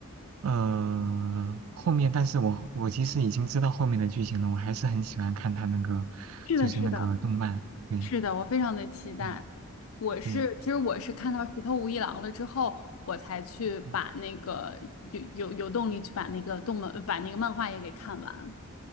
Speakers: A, on the right (about 70°); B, on the left (about 70°).
A: 呃，后面但是我我其实已经知道后面的剧情了，我还是很喜欢看他那个，
B: 是的，
A: 就是那个动漫，
B: 是的。
A: 对，
B: 是的，我非常的期待。
A: 嗯，
B: 我是，
A: 对，
B: 其实我是看到石头无一郎了之后，我才去把那个有有有动力去把那个动漫把那个漫画也给看完。
A: 嗯，